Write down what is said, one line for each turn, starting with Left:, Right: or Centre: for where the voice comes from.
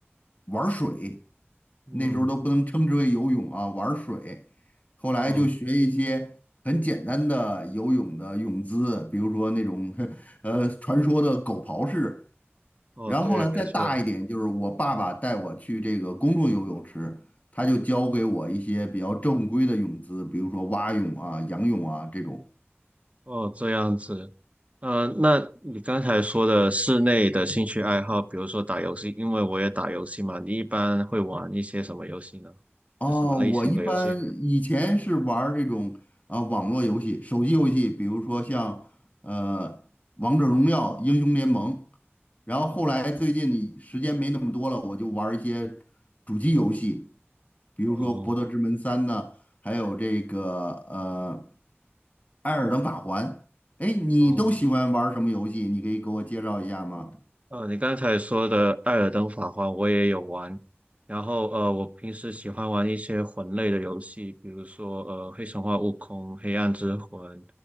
Left: 玩儿水。
Right: 嗯，
Left: 那时候都不能称之为游泳啊，玩儿水。后来就学一些很简单的游泳的泳姿，
Right: 哦，
Left: 比如说那种 <laughs> 呃传说的狗刨式。
Right: 哦，
Left: 然后呢，
Right: 对，没错，
Left: 再大一点，就是我爸爸带我去这个公众游泳池，他就教给我一些比较正规的泳姿，比如说蛙泳啊、仰泳啊这种。
Right: 哦，这样子。呃，那你刚才说的室内的兴趣爱好，比如说打游戏，因为我也打游戏嘛，你一般会玩一些什么游戏呢？
Left: 哦，
Right: 是什么类型的游戏？
Left: 我一般以前是玩儿这种啊、网络游戏、手机游戏，比如说像呃《王者荣耀》《英雄联盟》，然后后来最近你时间没那么多了，我就玩儿一些主机游戏，比如说《博德之门三》呢，
Right: 哦，
Left: 还有这个呃。艾尔登法环。哎，你都喜欢玩什么游戏？
Right: 哦。
Left: 你可以给我介绍一下吗？
Right: 呃，你刚才说的《艾尔登法环》我也有玩，然后呃，我平时喜欢玩一些魂类的游戏，比如说呃《黑神话：悟空》《黑暗之魂》，